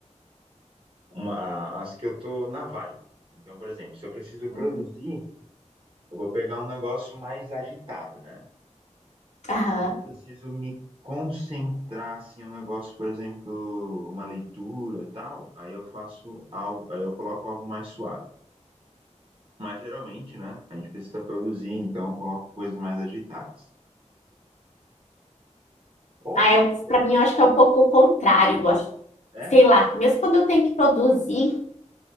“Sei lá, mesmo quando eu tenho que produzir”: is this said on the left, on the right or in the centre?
Left